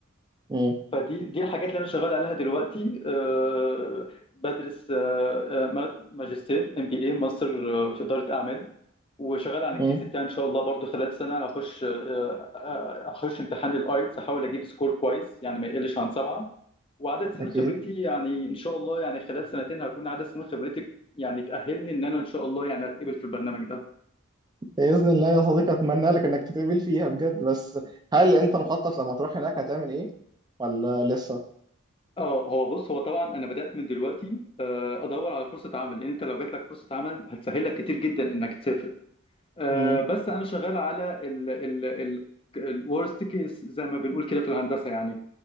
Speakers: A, on the right; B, on the left.
A: م-
B: فدي دي الحاجات اللي انا شغال عليها دلوقتي آه، بدرس آه، آه، ما- ماجستير ام بي اي ماستر آه، في اداره اعمال وشغال على الانجليزي
A: م-
B: بتاعي ان شاء الله برضو خلال سنه هخش آه، آه، هخش امتحان الايتس احاول اجيب سكور كويس يعني ما يقلش عن سبعه وعدد سنين
A: أكيد
B: خبرتي يعني ان شاء الله يعني خلال سنتين هكون عدد سنين خبرتي يعني تاهلني ان انا ان شاء الله يعني اتقبل في البرنامج ده
A: بإذن الله يا صديقي أتمنى لك إنك تتقبل فيها بجد بس هل أنت مخطط لما تروح هناك هتعمل إيه ولا لسه؟
B: اه هو بص هو طبعا انا بدات من دلوقتي آه، ادور على فرصه عمل لان انت لو جات لك فرصه عمل هتسهل لك كتير جدا انك تسافر آه،
A: م-
B: بس انا شغال على ال ال ال الورست كيس زي ما بنقول كده في الهندسه يعني